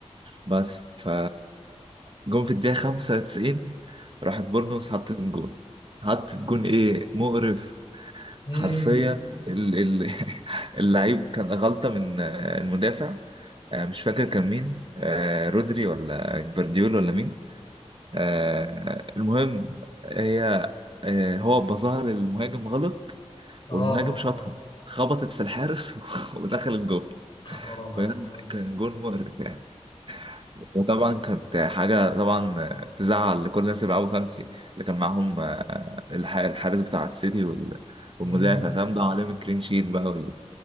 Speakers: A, on the right; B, on the left.
A: بس ف جون في الدقيقة 95 راحت بورنموث حطت جون حطت جون ايه مقرف
B: امم
A: حرفيا ال- ال- <laughs> اللعيب كان غلطة من آه، المدافع آه، مش فاكر كان مين آه، رودري ولا جفارديول ولا مين آه، المهم هي آه، هو بظهر للمهاجم غلط
B: اه
A: والمهاجم
B: اه
A: شاطها
B: اه
A: خبطت في الحارس <laughs> ودخل الجون
B: خراب
A: بجد
B: على الجون
A: كان جون مقرف يعني وطبعا كانت حاجة طبعا تزعل لكل الناس اللي بيلعبوا خمسي اللي كان معاهم آه، الح- الحارس بتاع السيتي وال- والمدافع
B: امم
A: فاهم ده عليهم الكلين شيت بقى